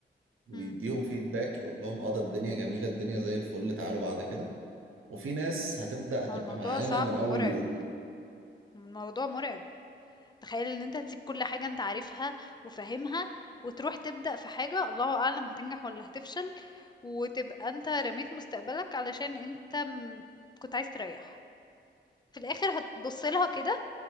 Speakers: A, on the right; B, on the left.
A: ويديهم
B: مم.
A: فيدباك يقول لهم اه ده الدنيا جميلة الدنيا زي الفل تعالوا بعد كده وفي ناس هتبدأ هتبقى
B: هو الموضوع
A: معانا
B: صعب
A: من
B: ومرعب
A: أول يوم
B: الموضوع مرعب تخيل ان انت هتسيب كل حاجة انت عارفها وفاهمها وتروح تبدأ في حاجة الله اعلم هتنجح ولا هتفشل وتبقى انت رميت مستقبلك علشان انت م- كنت عايز تريح في الاخر هتبص لها كده